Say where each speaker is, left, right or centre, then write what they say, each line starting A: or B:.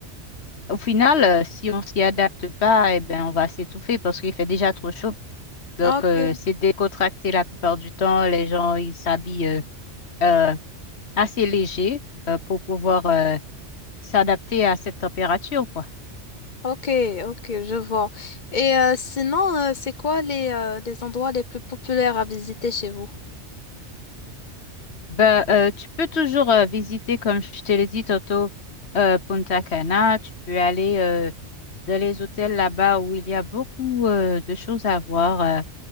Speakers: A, on the left; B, on the left.
A: Au final, euh, si on s'y adapte pas, eh ben, on va s'étouffer parce qu'il fait déjà trop chaud. Donc,
B: Ok,
A: euh, c'est décontracté la plupart du temps. Les gens, ils s'habillent euh, euh, assez léger euh, pour pouvoir euh, s'adapter à cette température, quoi.
B: ok, ok, je vois. Et euh, sinon, euh, c'est quoi les, euh, les endroits les plus populaires à visiter chez vous?
A: Ben, euh, tu peux toujours euh, visiter, comme je te l'ai dit tantôt, euh, Punta Cana. Tu peux aller euh, dans les hôtels là-bas où il y a beaucoup euh, de choses à voir. Euh,